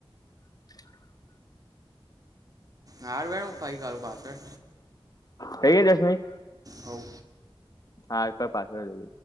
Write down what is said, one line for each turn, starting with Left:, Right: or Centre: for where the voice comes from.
Left: <inaudible>
Right: હારુ હેડ હું ફરી કરું પાછળ
Left: થઈ ગય દસ મિનિટ?
Right: હોવ
Left: હા એક પાછળ જ